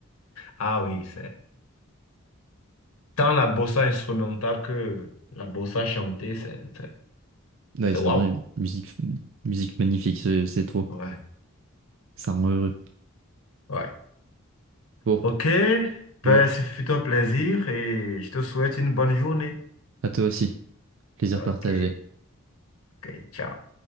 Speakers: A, on the left; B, on the right.
A: Ah oui, c'est. Tant la bossa instrumentale que la bossa chantée, c'est, c'est,
B: Ouais,
A: c'est
B: c'est
A: waouh.
B: vraiment une musique, musique magnifique, c'est c'est trop.
A: Ouais,
B: Ça rend heureux.
A: ouais.
B: Bon,
A: Ok, ben,
B: ouais,
A: ce fut un plaisir et je te souhaite une bonne journée.
B: à toi aussi. Plaisir
A: Ok,
B: partagé.
A: ok, ciao.